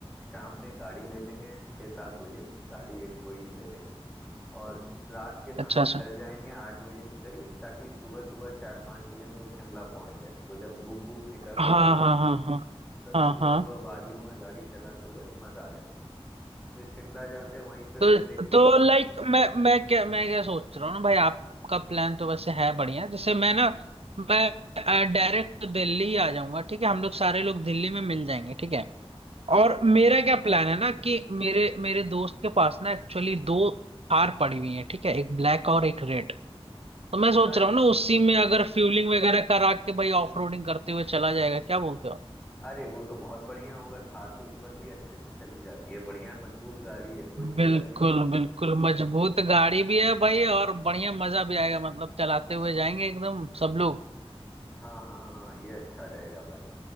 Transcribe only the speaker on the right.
अच्छा अच्छा
हाँ
हाँ हाँ हाँ
हाँ
हाँ
तो
तो लाइक मैं मैं क्या मैं क्या सोच रहा हूँ ना भाई आपका प्लान तो वैसे है बढ़िया जैसे मैं ना मैं डायरेक्ट दिल्ली ही आ जाऊंगा ठीक है हम लोग सारे लोग दिल्ली में मिल जाएंगे ठीक है
और मेरा क्या प्लान है ना कि मेरे मेरे दोस्त के पास ना एक्चुअली दो कार पड़ी हुई है ठीक है एक ब्लैक और एक रेड तो मैं सोच
रहा हूँ ना उसी में अगर फ्यूलिंग वगैरह करा के भाई ऑफ रोडिंग करते हुए चला जाएगा क्या बोलते हो
बिल्कुल
बिल्कुल मजबूत गाड़ी भी है भाई और बढ़िया मजा भी आएगा मतलब चलाते हुए जाएंगे एकदम सब लोग